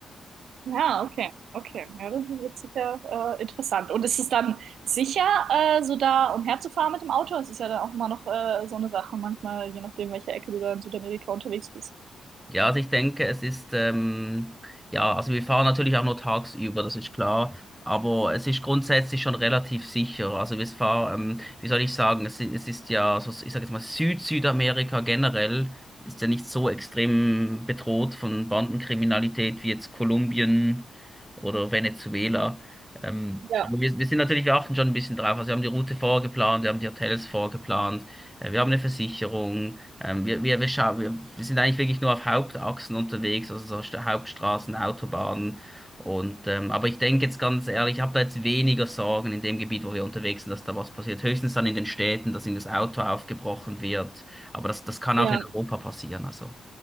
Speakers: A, on the right; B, in the centre.
A: Ja, okay, okay. Ja, das wird sicher äh, interessant. Und ist es dann sicher, äh, so da umherzufahren mit dem Auto? Es ist ja dann auch immer noch äh, so eine Sache, manchmal, je nachdem, welche Ecke du da in Südamerika unterwegs bist.
B: Ja, also ich denke, es ist, ähm, ja, also wir fahren natürlich auch nur tagsüber, das ist klar, aber es ist grundsätzlich schon relativ sicher. Also wir fahren, ähm, wie soll ich sagen, es, i- es ist ja, so, ich sage jetzt mal, Süd-Südamerika generell ist ja nicht so extrem bedroht von Bandenkriminalität wie jetzt Kolumbien oder Venezuela. Ähm,
A: Ja,
B: aber wir, wir sind natürlich, wir achten schon ein bisschen drauf. Also wir haben die Route vorgeplant, wir haben die Hotels vorgeplant, äh, wir haben eine Versicherung. Ähm, wir, wir, wir, scha- wir, wir sind eigentlich wirklich nur auf Hauptachsen unterwegs, also so St- Hauptstraßen, Autobahnen. Und, ähm, aber ich denke jetzt ganz ehrlich, ich habe da jetzt weniger Sorgen in dem Gebiet, wo wir unterwegs sind, dass da was passiert. Höchstens dann in den Städten, dass ihnen das Auto aufgebrochen wird. Aber das, das kann
A: ja,
B: auch in Europa passieren. Also.